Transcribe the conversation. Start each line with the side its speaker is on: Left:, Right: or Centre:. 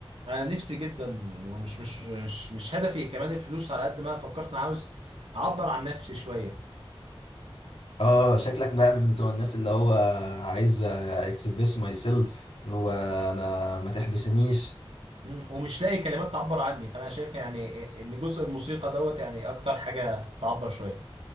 Right: انا نفسي جدا ومش مش مش مش هدفي كمان الفلوس على قد ما فكرت انا عاوز اعبر عن نفسي شويه
Left: اه شكلك بقى من بتوع الناس اللي هو عايز اكسبريس ماي سيلف وانا ما تحبسنيش
Right: مم. ومش لاقي كلمات تعبر عني فانا شايف يعني ان جزء الموسيقى دوت يعني اكتر حاجه بتعبر شويه